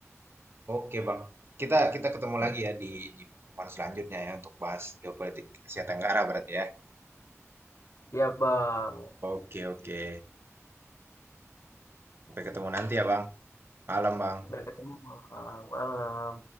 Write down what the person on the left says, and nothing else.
Ya, Bang.
Sampai ketemu, Bang. Malam.